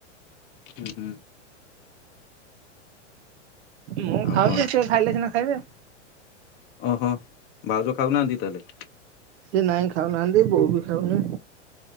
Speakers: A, on the left; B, on the right.
A: ହୁଁ ହୁଁ
B: ମୁଁ
A: ଆଉ
B: ଖାଉଛି
A: କଣ
B: ସେ ଖାଇଲେ ସିନା ଖାଇବେ
A: ଓହୋ ଭାଉଜ ଖାଉନାହାନ୍ତି ତାହେଲେ?
B: ସିଏ ନାହିଁ ଖାଉନାହାନ୍ତି ବୋଉ ବି ଖାଉନି।